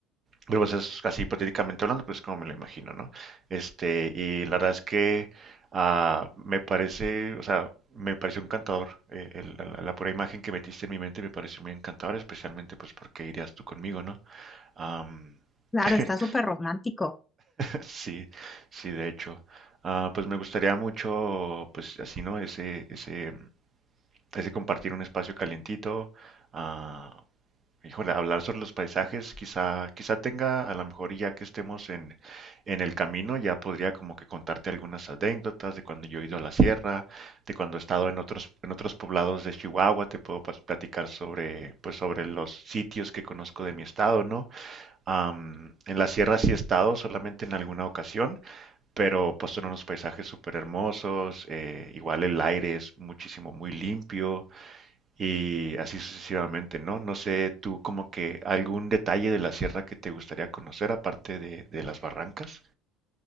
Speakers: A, on the right; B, on the left.
A: pero pues es así hipotéticamente hablando, pues como me lo imagino, ¿no? Este, y la verdad es que ah, me parece, o sea, me pareció encantador, eh, el- la, la pura imagen que metiste en mi mente me pareció muy encantadora, especialmente pues porque irías tú conmigo, ¿no? Am,
B: Claro,
A: <laughs>
B: está súper romántico.
A: sí, sí, de hecho. Ah, pues me gustaría mucho, pues así, ¿no? Ese, ese, ese compartir un espacio calientito, ah, híjole, hablar sobre los paisajes, quizá, quizá tenga, a lo mejor ya que estemos en, en el camino, ya podría como que contarte algunas anécdotas de cuando yo he ido a la sierra, de cuando he estado en otros, en otros poblados de Chihuahua, te puedo pas- platicar sobre, pues sobre los sitios que conozco de mi estado, ¿no? Am, en la sierra sí he estado, solamente en alguna ocasión, pero pues son unos paisajes súper hermosos, eh, igual el aire es muchísimo, muy limpio, y así sucesivamente, ¿no? No sé, tú como que algún detalle de la sierra que te gustaría conocer aparte de, de las barrancas.